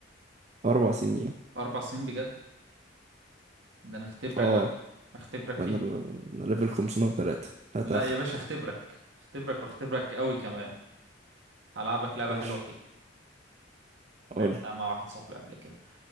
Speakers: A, on the right; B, on the right.
A: اربع سنين
B: اربع سنين بجد ده انا اختبرك
A: اه
B: بقى اختبرك
A: انا
B: فيها
A: ب... انا ليفل 503 هتاخرك
B: لا يا باشا اختبرك اختبرك واختبرك قوي كمان هلعبك لعبة
A: ماشي
B: حلوة فيها لعبتها
A: قول
B: مع واحد صاحبي قبل كده